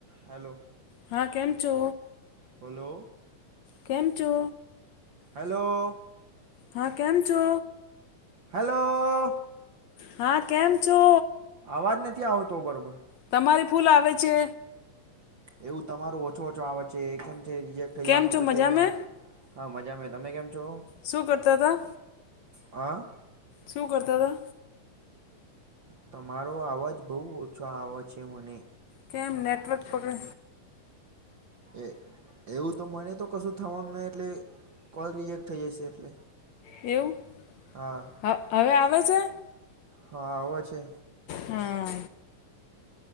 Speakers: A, on the right; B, on the left.
A: Hello
B: હા કેમ છો
A: હલો
B: કેમ છો
A: હેલો
B: હા કેમ છો
A: હાલો
B: હા કેમ છો
A: આવાજ નથી આવતો બરોબર
B: તમારી ફૂલ આવે છે.
A: એવું તમારોું ઓછો ઓછો આવ છે કેમ છે રિજેક્ટ થઈ
B: કેમ
A: જવાનું
B: છો
A: પછી
B: મજામે
A: એમાં હા મજામાં તમે કેમ છો?
B: શું કરતાતા
A: હા
B: શું કરતાતા
A: તમારો અવાજ બહુ ઓછો આવે છે મને
B: કેમ નેટવર્ક પકડે
A: એ એવું તો મને તો કશું થવાનું નહીં એટલે કોલ રિએેક્ટ થઈ જશે એટલે
B: એવું
A: હા.
B: હ હવે આવે છે
A: હા આવે છે.
B: હા.